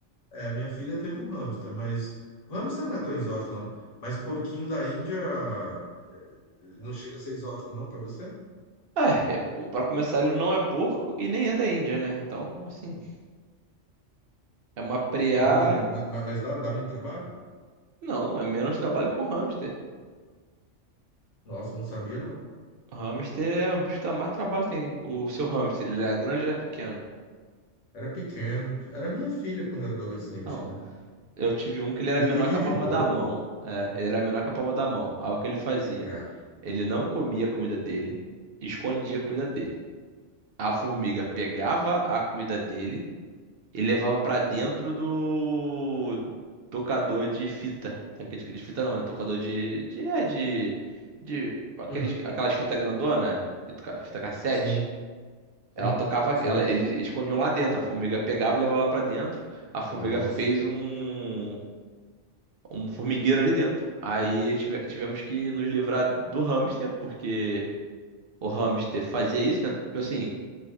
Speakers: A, on the left; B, on the right.
A: É, minha filha teve um hamster, mas. O hamster não é tão exótico, não. Mas porquinho da Índia eh, não chega a ser exótico, não, pra você?
B: Ah, é, pra começar, ele não é porco e nem é da Índia, né? Então, assim, é uma preá.
A: Vai dar muito tra- ma- ma- Mas dá, dá muito trabalho?
B: Não, é menos trabalho que um hamster.
A: Nossa, eu não sabia, não.
B: Hamster é o bicho que dá mais trabalho tem. O seu hamster, ele era grande ou era pequeno?
A: Era pequeno. Era minha filha quando era adolescente,
B: Então,
A: né?
B: eu tive um que ele era
A: E,
B: menor
A: e vive
B: que a palma
A: pouco.
B: da mão. É, ele era menor que a palma da mão. Aí o que ele fazia?
A: É.
B: Ele não comia a comida dele, escondia a comida dele. A formiga pegava a comida dele e levava pra dentro do tocador de fita. Daquele de fita não, né? Tocador de de é, de, de aqueles,
A: Hum,
B: aquelas fitas grandona, fita, ca- fita cassete.
A: sim, sim,
B: Ela tocava,
A: sei.
B: ela, eles escondiam lá dentro. A formiga pegava e levava lá pra dentro. A formiga
A: Nossa.
B: fez um, um formigueiro ali dentro. Aí tive- tivemos que nos livrar do hamster, porque o hamster fazia isso, né? Tipo Assim,